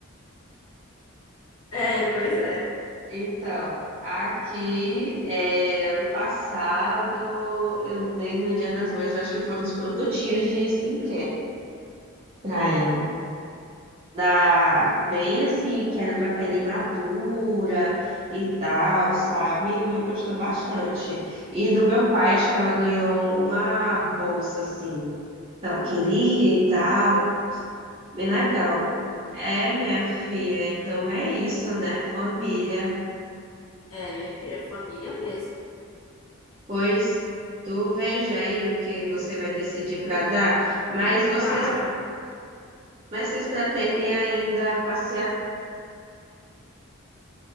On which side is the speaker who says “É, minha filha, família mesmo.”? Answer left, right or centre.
Left